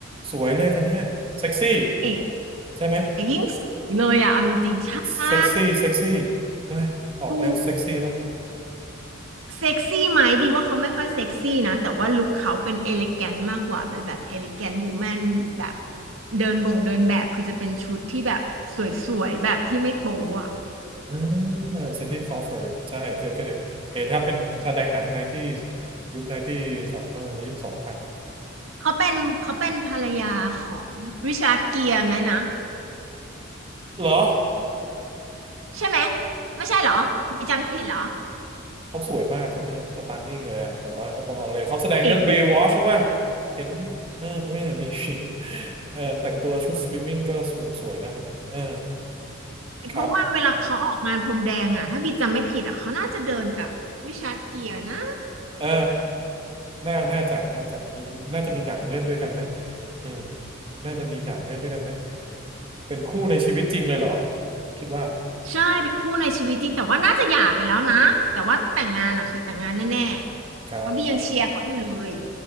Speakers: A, on the right (about 25°); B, on the right (about 75°).
A: สวยเลยคนเนี้ยเซ็กซี่
B: เอ๊ะ
A: ใช่ไหม
B: แต่ยิ่งสวยเลยอ่ะเอาจริงๆใช่
A: เซ็กซี่เซ็กซี่ใช่ไหมออกแนวเซ็กซี่ป่ะ
B: ถูกเซ็กซี่ไหมบีว่าเขาไม่ค่อยเซ็กซี่นะแต่ว่าลุคเขาเป็นเอลิแกนมากกว่าเป็นแบบเอลิแกนบูแมนแบบเดินบ่งเดินแบบคือจะเป็นชุดที่แบบสวยๆแบบที่ไม่โป๊อ่ะ
A: อ่าซินดี้คลอเฟิร์ดใช่เคยเคยเห็นครับเป็นแสดงหนังไนตี้ยุคไนตี้สองเออแล้วยุคสองพันนะ
B: เขาเป็นเขาเป็นภรรยาของริชาร์ดเกียร์ไหมนะ
A: เหรอ
B: ใช่ไหมไม่ใช่เหรอบีจำผิดเหรอ
A: เขาสวยมากคนนี้สตันนิ่งเลยอ่ะแบบว่าก็บอกเลยเขาแสดงเรื่องเบย์วอชใช่ไหม
B: เอก
A: เห็นเออไม่ใช่มี <laughs> เออแต่งตัวชุดสวิมมิ่งก็สวยสวยนะคนนี้เออครับ
B: เพราะว่าเวลาเขาออกงานพรมแดงอ่ะถ้าบีจำไม่ผิดอ่ะเขาน่าจะเดินกับริชาร์ดเกียร์นะ
A: เออน่าน่าจะน่าจะมีน่าจะมีหนังเล่นด้วยกันไหมเออน่าจะมีหนังเล่นด้วยกันไหม เป็นคู่ในชีวิตจริงเลยเหรอคิดว่า
B: ใช่เป็นคู่ในชีวิตจริงแต่ว่าน่าจะหย่าไปแล้วนะแต่ว่าแต่งงานอ่ะเคยแต่งงานแน่ๆเพราะบียังเชียร์เขาอยู่เลย
A: ครับครับ